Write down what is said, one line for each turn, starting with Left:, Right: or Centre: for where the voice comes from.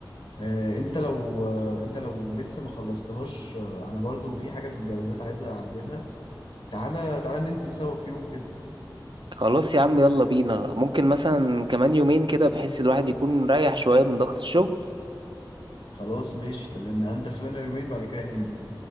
Left: آه، انت لو آه، انت لو لسه ما خلصتهاش آه، انا برضو في حاجة في الجوازات عايز اعدلها تعالى تعالى ننزل سوا في يوم كده
Right: خلاص يا عم يلا بينا ممكن مثلا كمان يومين كده بحيث الواحد يكون رايح شوية من ضغط الشغل
Left: خلاص ماشي تمام انت خلينا يومين بعد كده ننزل